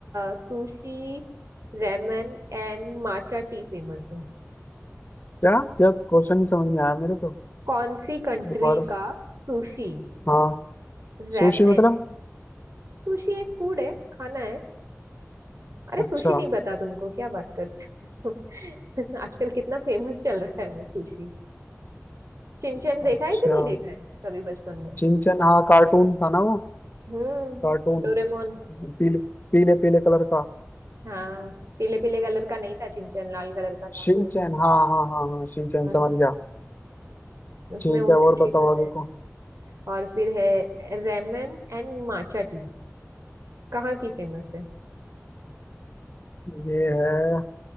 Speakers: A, on the right; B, on the left.
A: sushi ramen and matcha tea famous है
B: क्या क्या क्वेश्चन ही समझ में आया मेरे तो
A: कौन सी कंट्री
B: दोबारा
A: का
B: से-
A: सुशी
B: हाँ
A: रेमन
B: सुशी मतलब
A: सुशी एक फूड है खाना है अरे
B: अच्छा
A: सुशी नहीं पता तुमको क्या बात करते हो <laughs> आजकल कितना फेमस चल रहा है वो सुशी चिंचन देखा
B: अच्छा
A: है कि नहीं देखा है कभी बचपन में
B: चिंचन हाँ कार्टून था ना वो
A: हम्म
B: कार्टून
A: डोरेमोन
B: पीले पीले पीले कलर का
A: हाँ पीले पीले कलर का नहीं था चिंचन लाल कलर का था
B: शिनचैन
A: वो
B: हाँ हाँ हाँ हाँ शिनचैन
A: हम्म,
B: समझ गया
A: उसमें
B: ठीक
A: वो
B: है और
A: छुछी
B: बताओ
A: खाते
B: आगे
A: हैं
B: को
A: और फिर है रेमन एंड माचा टी कहाँ की फेमस है
B: ये है